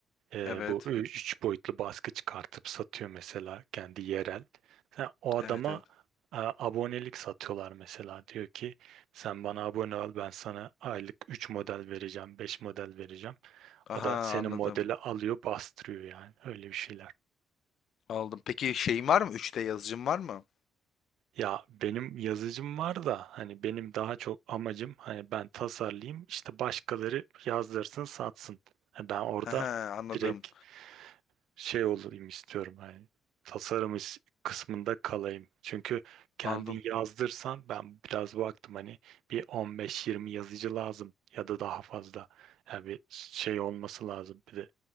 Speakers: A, on the right; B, on the left.
A: e,
B: Evet.
A: bu ü- üç boyutlu baskı çıkartıp satıyor mesela kendi yerel. Sen o adama
B: Evet evet.
A: e, abonelik satıyorlar mesela. Diyor ki sen bana abone ol ben sana aylık 3 model vereceğim 5 model vereceğim.
B: Aha
A: O da senin
B: anladım.
A: modeli alıyor bastırıyor yani öyle bir şeyler.
B: Aldım. Peki şeyin var mı? 3D yazıcın var mı?
A: Ya benim yazıcım var da hani benim daha çok amacım hani ben tasarlayayım işte başkaları yazdırsın satsın. Ha, Ben orada
B: Aha, anladım.
A: direkt şey olayım istiyorum hani tasarım is- kısmında kalayım. Çünkü kendin
B: Aldım.
A: yazdırsan ben biraz baktım hani bir 15-20 yazıcı lazım ya da daha fazla. Yani bir şey olması lazım bir de.